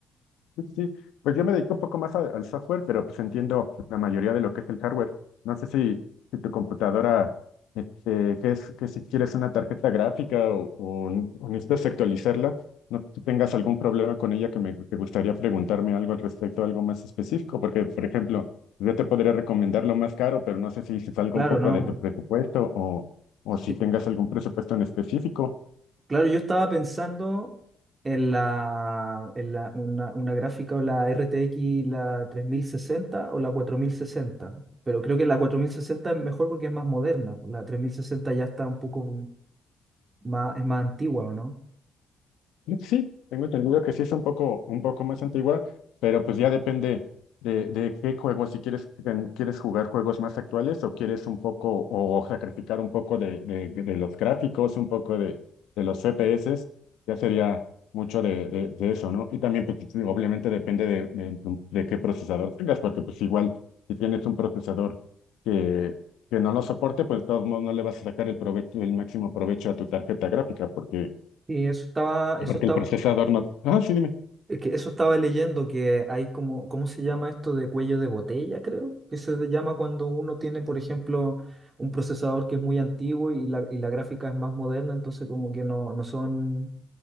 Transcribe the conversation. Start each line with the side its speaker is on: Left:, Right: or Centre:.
Left: Sí, sí, sí. Pues yo me dedico un poco más al, al software, pero pues entiendo la mayoría de lo que es el hardware. No sé si, si tu computadora, este, que es, que si quieres una tarjeta gráfica o, o un- o necesitas actualizarla, no tú tengas algún problema con ella que me que gustaría preguntarme algo al respecto, algo más específico, porque, por ejemplo, yo te podría recomendar lo más caro, pero no sé si se salga
Right: Claro,
Left: un poco
Right: no.
Left: de
Right: po.
Left: tu presupuesto o, o
Right: Sí.
Left: si tengas algún presupuesto en específico.
Right: Claro, yo estaba pensando en la, en la una, una gráfica o la RTX, la 3060 o la cuatro mil sesenta pero creo que la 4060 es mejor porque es más moderna. po. La 3060 ya está un poco más, es más antigua, ¿o no?
Left: Creo que Sí, tengo entendido que sí es un poco, un poco más antigua, pero pues ya depende de, de qué juego, si quieres, ten- quieres jugar juegos más actuales o quieres un poco, o sacrificar un poco de, de, de los gráficos, un poco de, de los FPS, ya sería mucho de, de, de eso, ¿no? Y también, pues, sí, obviamente depende de, de, tu- de qué procesador tengas, porque pues igual, si tienes un procesador que, que no lo soporte, pues de todos modos no le vas a sacar el provecho, el máximo provecho a tu tarjeta gráfica, porque
Right: Y eso estaba, eso
Left: porque
Right: estaba,
Left: el procesador no. Ah, sí, dime.
Right: Es que eso estaba leyendo que hay como, ¿cómo se llama esto de cuello de botella, creo? Que se le llama cuando uno tiene, por ejemplo, un procesador que es muy antiguo y la, y la gráfica es más moderna, entonces como que no, no son,